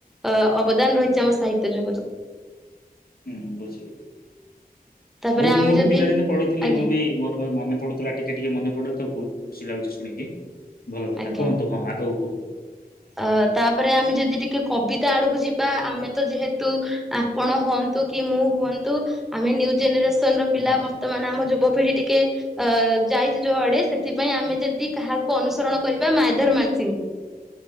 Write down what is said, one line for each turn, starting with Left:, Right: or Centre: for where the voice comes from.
Centre: ଅ ଅବଦାନ ରହିଛି ଆମ ସାହିତ୍ୟ ତେ ଯୋଗ
Left: ହୁଁ ବସି ହଁ
Centre: ତାପରେ
Left: ବହୁତ
Centre: ଆମେ
Left: ମୁଁ
Centre: ଯଦି
Left: ବି ପିଲାଦିନେ ପଢେଇଥିଲି
Centre: ଆଜ୍ଞା
Left: ମୁଁ ବି ମୋର ମନେ ପଡୁଥିଲା ଟିକେ ଟିକେ ମନେ ପଡୁ ତ ବହୁ କିୁଛି ଲାଗୁଛି ଶୁଣିକି ଭଲ କଥା
Centre: ଆଜ୍ଞା
Left: କୁହନ୍ତୁ ହଁ ଆଗକୁ କୁହନ୍ତୁ
Centre: ଅ ତାପରେ ଆମେ ଯଦି ଟିକେ କବିତା ଆଡକୁ ଯିବା ବା ଆମେ ତ ଯେହେତୁ ଆପଣ ହୁଅନ୍ତୁ କି ମୁଁ ହୁଅନ୍ତୁ ଆମେ ନିୁ ଜେନେସ ର
Left: ହୁଁ
Centre: ପିଲା ବର୍ତ୍ତମାନ ଆମ ଯୁବକ ିଠି ଟିକେ ଅ ଯାଇଛି ଯୋଆଡେ ସେଥିପାଇଁ ଆମେ ଯଦି କାହାକୁ ଅନୁସରଣ କରିବା ମାଧର ମାାନସୀଙ୍କୁ